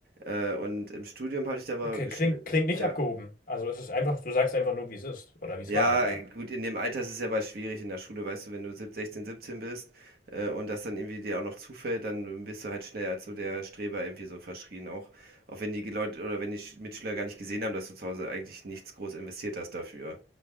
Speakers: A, on the right; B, on the left.
A: Äh, und im Studium habe ich da aber
B: okay,
A: geschn-
B: klingt, klingt nicht
A: ja.
B: abgehoben. Also es ist einfach, du sagst einfach nur, wie es ist oder wie es
A: Ja,
B: war, ja.
A: gut, in dem Alter ist es ja mal schwierig in der Schule, weißt du, wenn du sieb- 16, 17 bist äh, und das dann irgendwie dir auch noch zufällt, dann bist du halt schnell als so der Streber irgendwie so verschrien. Auch, auch wenn die Leute oder wenn die Sch- Mitschüler gar nicht gesehen haben, dass du zu Hause eigentlich nichts groß investiert hast dafür.